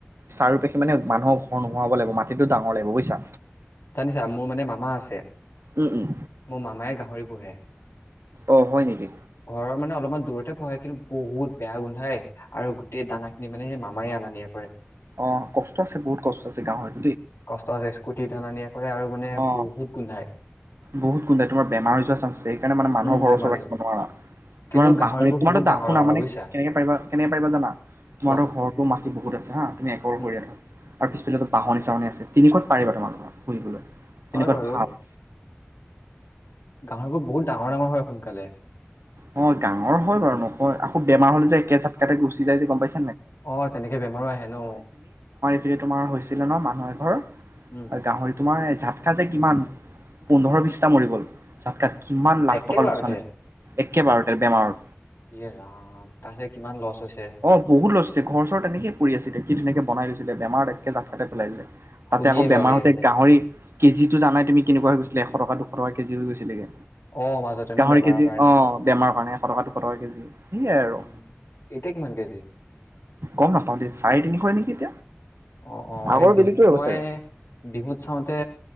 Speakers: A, on the right; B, on the left.
A: চাৰিপাশে, মানে, মানুহৰ ঘৰ নোহোৱাব লাগিব। মাটিটো ডাঙৰ লাগিব, বুজিছা।
B: জানিছা মোৰ মানে মামা আছে।
A: উম উম
B: মোৰ মামাই গাহৰি পোহে।
A: অ', হয় নেকি?
B: ঘৰৰ মানে, অলপমান দূৰতে পোহে। কিন্তু বহুত বেয়া গোন্ধায়। আৰু গোটেই দানাখিনি মানে, সেই মামাই আনা-নিয়া কৰে।
A: অ', কষ্ট আছে, বহুত কষ্ট আছে গাহৰি।
B: কষ্ট আছে স্কুটিত আনা নিয়া। কৰে আৰু মানে
A: অ',
B: বহুত গোন্ধাই
A: বহুত গুন্ধাই তোমাৰ বেমাৰ হৈ যোৱা চাঞ্চ আছে, সেইকাৰণে মানে মানুহৰ
B: উম
A: ঘৰৰ
B: বেমাৰ
A: ওচৰত
B: হৈ
A: ৰাখিব
B: যায়।
A: নোৱাৰা, তোমাৰ
B: কিন্তু গাহৰিবোৰ
A: বাহঁনীত তোমাৰটো
B: বহুত ডাঙৰ
A: শুনা
B: ডাঙৰ হয়
A: মানে
B: বুজিছা
A: কেনেকে পাৰিবা- কেনেকে পাৰিবা জানা তোমাৰটো
B: কোৱা
A: ঘৰটো মা বহুত আছে হা', তুমি একৰ
B: উম
A: কৰিয়ে থোৱা
B: উম
A: আৰু পিছফালেটো বাহঁনী টান আহিছে, তিনিক পাৰিবা
B: উম,
A: তোমালোকৰ পুহিবলৈ। তেনেকোৱাত
B: হয় বাৰু।
A: ভাল,
B: গাহৰিবোৰ বহুত ডাঙৰ-ডাঙৰ হয় সোনকালে।
A: অ ডাঙৰ হয় বাৰু নকয় আকৌ বেমাৰ হলে যে একে ঝাতকাটে গুচি যায় যে গম পাইছ।
B: অ তেনেকে বেমাৰো আহে ন।
A: এ তোমাৰ হৈছিলে ন মানুহ এঘৰৰ আৰু
B: উম।
A: গাহৰিটো, তোমাৰ ঝাতকা যে কিমান পোন্ধৰ বিছটা মৰি গ'ল ঝাতকা। কিমান লাখ
B: একেবাৰতে
A: টকাৰ লোকচান হৈছে। একেবাৰতে বেমাৰ।
B: ইয়ে ৰাম তাৰ যে', কিমান লছ হৈছে।
A: অ', বহুত লৰছে, ঘৰ- চৰ তেনেকে পৰি আছে এতিয়া কি ধুনিয়াকে বনাই লৈছে। তেতিয়া, বেমাৰত একে ঝাপতে পেলাই দিলে। তাতে
B: শুনিয়ে
A: আকৌ
B: বেয়া
A: বেমাৰতে
B: লাগি গৈছে।
A: গাহৰি কেজিটো জানাই তুমি জানাই কেনেকুৱা হৈ গৈছিলে এশ টকা -দুশ টকা কেজি হৈ গৈছিলে গে।
B: অ', মাজতে ন'
A: গাহৰি
B: বেমাৰৰ
A: কেজি
B: কাৰণে।
A: অ', বেমাৰ কাৰণে, এশ টকা, দুশ টকা কেজি সেয়াই আৰু
B: উম', এতিয়া কি ওৱান কেজি
A: গম নাপাওঁ দেই চাৰে তিনিশই নেকি এতিয়া
B: অ', - অ ',
A: আগৰ
B: এই
A: বেলিটোৱে হ'ব
B: মই
A: চাগে
B: বিহুত চাওঁতে,